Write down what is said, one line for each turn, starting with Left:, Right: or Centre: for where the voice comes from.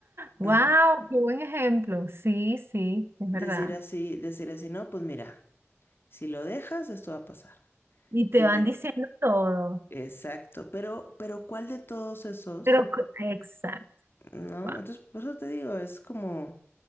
Right: Wow,
Left: ajá".
Right: qué buen ejemplo. Sí, sí, es
Left: Decir
Right: verdad.
Left: así, decir así, no, pues mira, si lo dejas, esto va a pasar.
Right: Y te
Left: Si
Right: van
Left: te...
Right: diciendo todo.
Left: Exacto, pero, pero ¿cuál de todos esos?
Right: Pero, cu- exacto.
Left: ¿No?
Right: Wow.
Left: Entonces, por eso te digo, es como,